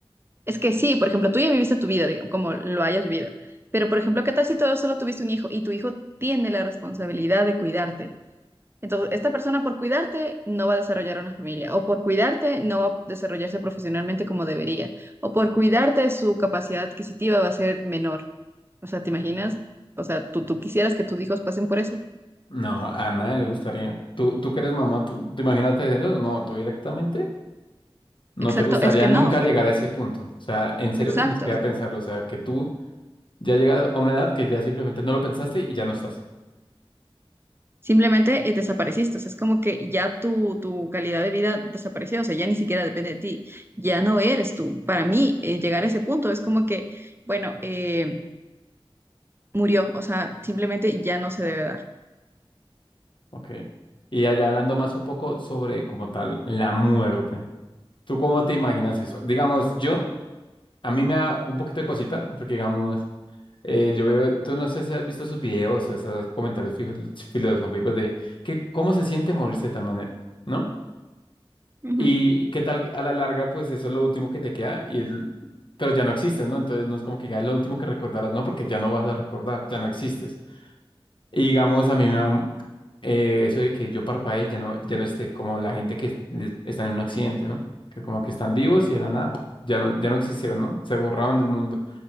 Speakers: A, on the right; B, on the left.
A: Es que sí, por ejemplo, tú ya viviste tu vida, digo, como lo hayas vivido, pero por ejemplo, ¿qué tal si todo solo tuviste un hijo y tu hijo tiene la responsabilidad de cuidarte? Entonces, esta persona por cuidarte no va a desarrollar una familia, o por cuidarte no va a desarrollarse profesionalmente como debería, o por cuidarte su capacidad adquisitiva va a ser menor. O sea, ¿te imaginas? O sea, ¿tú, tú quisieras que tus hijos pasen por eso?
B: No, a nadie le gustaría. Tú, tú que eres mamá, tú, tú imagínate, no, no, tú directamente no
A: Exacto,
B: te gustaría
A: es que
B: nunca
A: no,
B: llegar a ese punto. O sea, en serio
A: exacto.
B: que ni siquiera pensarlo. O sea, que tú ya llegas a una edad que ya simplemente no lo pensaste y ya no estás.
A: Simplemente eh, desapareciste, o sea, es como que ya tu, tu calidad de vida desapareció, o sea, ya ni siquiera depende de ti, ya no eres tú. Para mí, eh, llegar a ese punto es como que, bueno, eh, murió, o sea, simplemente ya no se debe dar.
B: Ok. Y allá hablando más un poco sobre como tal la muerte. ¿Tú cómo te imaginas eso? Digamos, yo, a mí me da un poquito de cosita, porque digamos, eh, yo veo, tú no sé si has visto esos videos o esos comentarios fijo- filosóficos de que cómo se siente morirse de tal manera, ¿no?
A: Ujú.
B: Y, y qué tal a la larga, pues eso es lo último que te queda, y el- pero ya no existes, ¿no? Entonces no es como que ya es lo último que recordarás, ¿no? Porque ya no vas a recordar, ya no existes. Y digamos, a mí me da eh, eso de que yo parpadee y ya no, ya no esté, como la gente que le- está en un accidente, ¿no? Que como que están vivos y de la nada, pu, ya no, ya no existieron, ¿no? Se borraron del mundo.